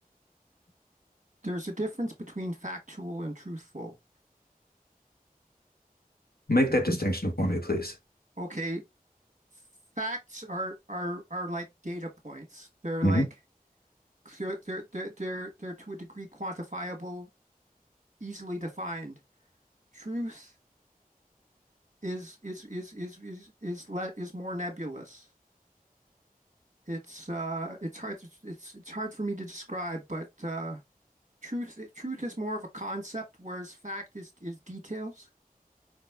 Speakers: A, on the right (about 50°); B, on the left (about 90°).
A: there's a difference between factual and truthful.
B: Make that distinction for me, please.
A: Okay, facts are are are like data points. They're like
B: hmm
A: they're they're they're they're, they're to a degree quantifiable, easily defined. Truth is is is is is is le- is more nebulous. It's uh, it's hard. It's it's hard for me to describe, but uh, truth truth is more of a concept, whereas fact is is details.